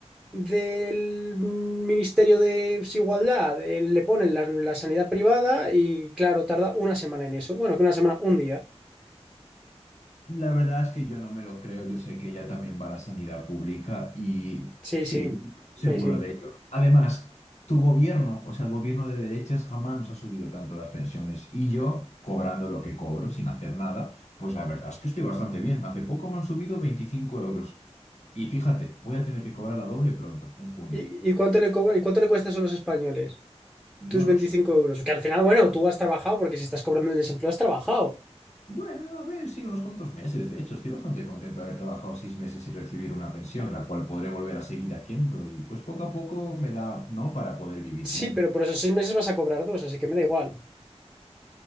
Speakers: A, in the centre; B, on the left (about 80°).
A: del Ministerio de Igualdad, eh, le ponen la, la sanidad privada y claro, tarda una semana en eso. Bueno, que una semana, un día.
B: La verdad es que yo no me lo creo, yo sé que ella también va a la sanidad pública y
A: Sí,
B: sí,
A: sí,
B: seguro
A: sí, sí.
B: de ello. Además, tu gobierno, o sea, el gobierno de derechas jamás nos ha subido tanto las pensiones y yo, cobrando lo que cobro sin hacer nada, pues la verdad es que estoy bastante bien. Hace poco me han subido 25 euros y fíjate, voy a tener que cobrar la doble pronto, en junio.
A: ¿Y, y cuánto le, co- y cuánto le cuesta eso a los españoles?
B: No
A: Tus
B: lo
A: 25
B: sé.
A: euros. Que al final, bueno, tú has trabajado porque si estás cobrando el desempleo has trabajado.
B: Bueno, no, a ver, sí, unos cuantos meses. De hecho, estoy bastante contento de haber trabajado seis meses y recibir una pensión, la cual podré volver a seguir haciendo y pues poco a poco me da, ¿no? Para poder vivir
A: Sí,
B: bien.
A: pero por esos seis meses vas a cobrar dos, así que me da igual.